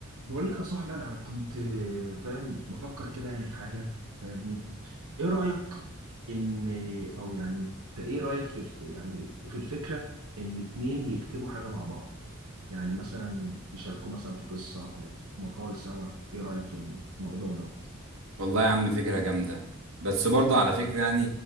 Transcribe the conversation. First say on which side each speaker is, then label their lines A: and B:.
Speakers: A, on the right (about 85°); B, on the right (about 65°).
A: بقول لك يا صاحبي انا كنت فاهم بفكر كده يعني في حاجه فاهمني ايه رايك ان او يعني انت ايه رايك في الف يعني في الفكره ان اتنين يكتبوا حاجه مع بعض يعني مثلا يشاركوا مثلا في قصه او مقال سوا ايه رايك في الموضوع ده
B: والله يا عم فكرة جامدة بس برضه على فكرة يعني